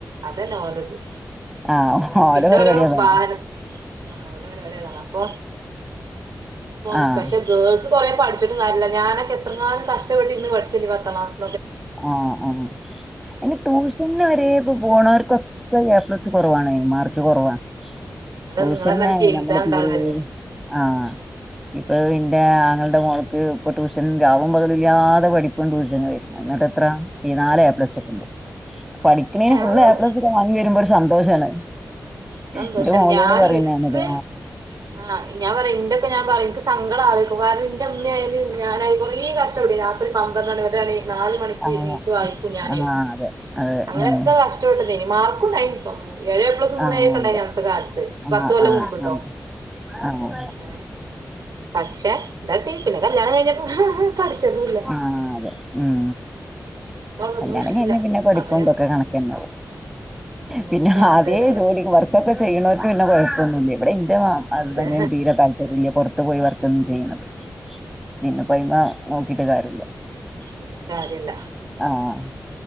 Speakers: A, on the right; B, in the centre.
A: അതെന്നോഓലത്
B: ആഹ് ഓലെ
A: പിന്നെ
B: പരിപാടി
A: രോ
B: അതാണ്
A: വാഹനം ആ ഓലോ പരിപാടി ഏതാണാ ഓ ഉം
B: ആഹ്
A: പഷേ ഗേൾസ് കുറേ പഠിച്ചിട്ടും കാര്യല്ല ഞാനൊക്കെ എത്രങ്ങാനും കഷ്ടപ്പെട്ട് ഇരിന്ന് പിടിച്ചിണ്ട് പത്താം ക്ലാസ്.
B: ആ ആ അയിന് ട്യൂഷന് വരെ ഇപ്പൊ പോണവർക്കൊക്കെ <unintelligible> എപ്ലസ് കൊറവാണേ മാർ ക്ക് കൊറവാ,
A: അത്
B: ടൂഷനങ്ങനെ
A: നിങ്ങളെന്ന എനിക്ക് എഴുതാണ്ടാവല്ലേ
B: നമ്മള് തീരെ ആഹ് ഇപ്പൊ ഇന്റെ ആങ്ങൾടെ മോൾ ഇപ്പ ഇപ്പ ട്യൂഷൻ രാവും പകലും ഇല്ലാതെ പഠിപ്പും ട്യൂഷനും ആയി എന്നട്ട് ത്ര
A: എന്നട്ടോ
B: ഈ നാല് എപ്ലസൊക്കെ ഇണ്ടാവു പഠിക്കണേന്
A: ഏഹ്
B: ഫുള്ള്
A: അതൊള്ളൂ
B: എ പ്ലസ് ഒക്കെ വാങ്ങി വരുമ്പോ ഒരു സന്തോഷാണ്
A: അതന്തോഷമാണ്
B: എന്റെ മോളോട്
A: ഞാൻ
B: പറയും
A: എനിക്ക്
B: ഞാനത്
A: ആഹ് ഞാൻ പറയാ ഇൻ്റൊക്കെ ഞാൻ പറയും സങ്കടം ആവേര്ക്കും കാരണം ഇന്റെ ഉമ്മയായാലും ഞാനായി കൊറേ കഷ്ടപ്പെട്ടു രാത്രി പന്ത്രണ്ട് മണി വ നാല മണിക്ക്
B: ആഹ്
A: നീച്ച് വായിക്കും ഞാനേ
B: ആഹ് ആഹ് അതെ അതെ
A: അങ്ങനൊക്കെ
B: ഉം
A: കഷ്ടപ്പെട്ടതേ മാർക്കുണ്ടായിനി ട്ടോ ഏഴ് എ പ്ലസ് മൂന്ന്
B: ആഹ്
A: എ ഒക്കെണ്ട്
B: അതെ
A: അഞത്തെ കാലത്ത്
B: ആഹ്
A: പത്ത് കൊല്ലം
B: ആഹ്
A: മുമ്പ്ട്ടോ
B: ആഹ് ആഹ്
A: ഏ പക്ഷെ എന്താട്ടി പിന്നെ കല്യാണം കഴിഞ്ഞപ്പോ പഠിച്ചതുല്ല
B: ആ അതെ ഉം
A: പിന്നെ ഒന്നും
B: കല്യാണം
A: പഠിച്ചില്ല
B: കഴിഞ്ഞാ പിന്നെ പഠിപ്പും
A: അപ്പൊ ഞാൻ
B: ഇതൊക്കെ കണക്കന്നെ,
A: പിന്നൊക്കെ
B: പിന്നെ
A: കണക്കേകാരം
B: ആദ്യേ ജോലി വർ വർക്കൊക്കെ ചെയ്യണോർക്ക് പിന്നെ കുഴപ്പൊന്നുല്ല ഇവടെ <unintelligible> ൻ്റെ ഹസ്ബന്റിന്
A: അതെ
B: തീരെ താല്പര്യല്ല പൊറത് ട്ടു പോയി വർക്കൊന്നും ചെയ്യണത് പിന്നെ പോയി മാ നോക്കീട്ട് കാര്യല്ല
A: നോക്കീട്ട് കാര്യല്ല
B: ആഹ്